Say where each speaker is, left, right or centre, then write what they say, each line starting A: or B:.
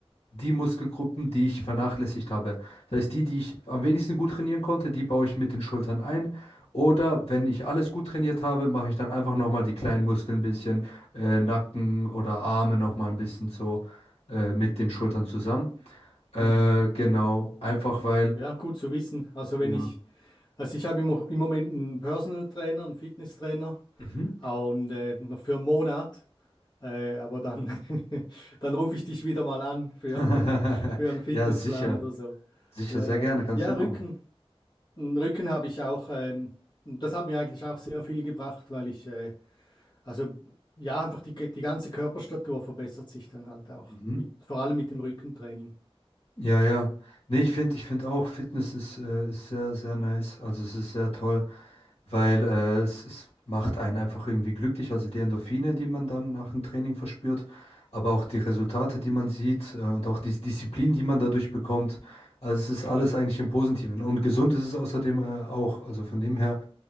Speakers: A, on the left; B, on the left.
A: die Muskelgruppen, die ich vernachlässigt habe. Das heißt, die, die ich am wenigsten gut trainieren konnte, die baue ich mit den Schultern ein. Oder wenn ich alles gut trainiert habe, mache ich dann einfach nochmal die kleinen Muskeln ein bisschen, äh, Nacken oder Arme nochmal ein bisschen so äh, mit den Schultern zusammen. Äh,
B: Mhm.
A: genau, einfach weil,
B: Ja, gut zu wissen. Also
A: ja.
B: wenn ich, also ich habe im, Mo- im Moment einen Personal Trainer, einen Fitnesstrainer
A: Mhm.
B: und äh, noch für einen Monat. Äh, aber dann, <laughs> dann rufe ich dich wieder mal an für,
A: <laughs>
B: <laughs> für einen Fitnessplan
A: Ja, sicher.
B: oder so.
A: Sicher,
B: Ja,
A: sehr
B: ja.
A: gerne, kannst
B: Ja,
A: du immer
B: Rücken.
A: machen.
B: Einen Rücken habe ich auch, ähm, das hat mir eigentlich auch sehr viel gebracht, weil ich, äh, also ja, einfach die, die ganze Körperstatur verbessert sich dann halt auch,
A: Mhm.
B: mit, vor allem mit dem Rückentraining.
A: Ja, ja. Nee, ich finde, ich finde auch, Fitness ist, äh, ist sehr, sehr nice. Also es ist sehr toll. weil äh, es, es macht einen einfach irgendwie glücklich, also die Endorphine, die man dann nach dem Training verspürt, aber auch die Resultate, die man sieht äh, und auch die Disziplin, die man dadurch bekommt. Also es ist alles
B: Mhm.
A: eigentlich im Positiven und gesund ist es außerdem äh, auch. Also von dem her